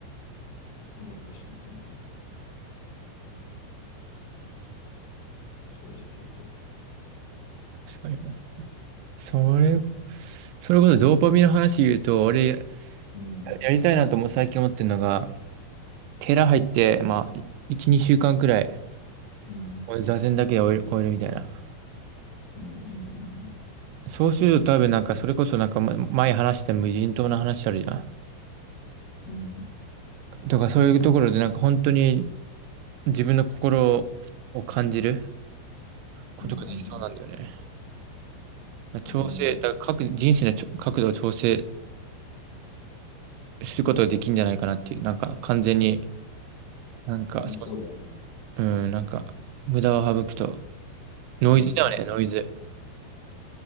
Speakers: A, on the left; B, on the right.
A: 思ったしね、全然。正直言うと。
B: 確かに。それ、それこそドーパミンの話言うと、俺、
A: うん。
B: やりたいなとも最近思ってるのが、寺入って、まあ、1、2週間くらい、
A: うん。
B: 座禅だけで終える、終えるみたいな。
A: うん。うん。うん。
B: そうすると多分なんか、それこそなんか、ま前話した無人島の話あるじゃん。
A: うん
B: とか、そういうところでなんか、本当に自分の心を感じることができそうなんだよね。
A: うん
B: 調整、
A: うん。うん。
B: だから各人生のちょ角度を調整することができるんじゃないかなっていう、なんか、完全に、なんか、
A: ありそうだね。
B: そううん、なんか、無駄を省くと、ノイズだよね、
A: うんうんうん。
B: ノイズ。